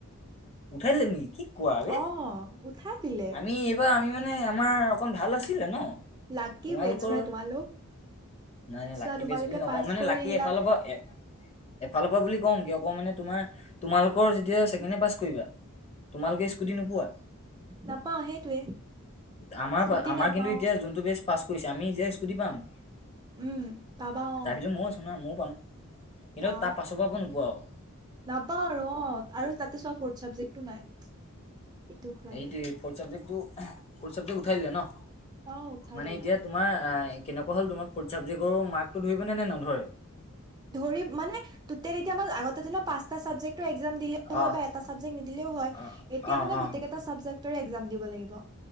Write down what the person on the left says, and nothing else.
উঠাই দিলে নেকি? কোৱা বে?
আমি এইবাৰ আমি মানে আমাৰ অকন ভাল আছিলে ন।
তোমালোকৰ
নাই নাই,
লাকি
বেচ বুলি নকয়,
মানে
লাকি
এফালৰ পৰা এ এফালৰ পৰা বুলি ক'ম, কিয় ক'ম মানে তোমাৰ তোমালোকৰ যেতিয়া ছেকেণ্ড-ইয়েৰ পাছ কৰিবা। তোমালোকে স্কুটি নোপোৱা।
আমাৰ
আমাৰ
কিন্তু এতিয়া যোনটো বেষ্ট পাছ কৰিছে, আমি এতিয়া স্কুটি পাম। তাৰপিছত
ময়ো আছো না ময়ো পাম, কিন্তু
তাৰ পাছৰ বাৰৰ পৰা নোপোৱা আৰু।
এইটোয়ে, ফৰ্ট চাবজেক্টো ফৰ্ট চাবজেক্ট উঠাই দিলে ন।
মানে
এতিয়া তোমাৰ কেনেকুৱা হ'ল তোমাৰ ফৰ্ট চাবজেক্টৰ মাৰ্কটো ধৰিবে নে নধৰে?
অহ
অহ
অহ
অহ